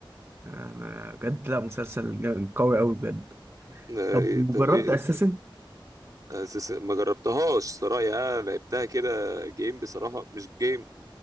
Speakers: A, on the right; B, on the right.
A: انا بجد لا مسلسل جا- قوي قوي بجد
B: <laughs> آه،
A: طب
B: إيه، طب
A: جربت
B: ايه
A: اساسن
B: آه، سس- ما جربتهاش صراحه يعني لعبتها كده جيم بصراحه مش جيم